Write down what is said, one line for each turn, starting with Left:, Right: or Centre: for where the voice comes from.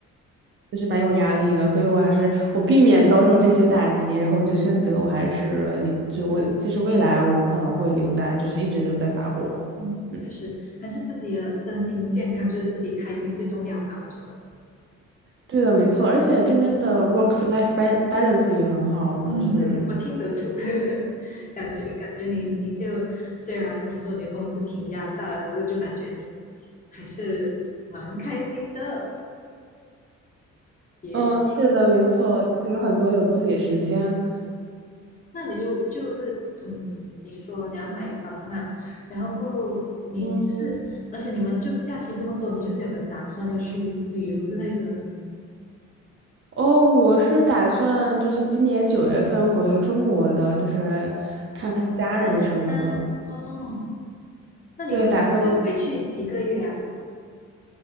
Right: <laughs> 就是蛮有压力的，所以我还是我避免遭受这些打击，然后我就选择我还是留，就我其实未来我可能会留在就是一直留在法国。
Left: 嗯，
Right: 嗯，
Left: 确实，还是自己的身心健康，就是自己开心最重要吧，我觉得。
Right: 对的，没错，而且这边的 work life ba- balance 也很好，
Left: 嗯，
Right: 就是
Left: 对，我听得出，<laughs> 感觉感觉你你就虽然你说你的公司挺压榨，可是就感觉你还是蛮开心的。也许
Right: 嗯，是的，没错，就是有很多有自己的时间。
Left: 那你就就是嗯，你说你要买房嘛，然后够你就是，
Right: 嗯。
Left: 而且你们就假期这么多，你就是有没有打算要去旅游之类的呢？
Right: 哦，我是打算就是今年九月份回中国的，就是看看家人什么的。
Left: 探亲吗？哦，那你回就回去几个月啊？
Right: 对，打算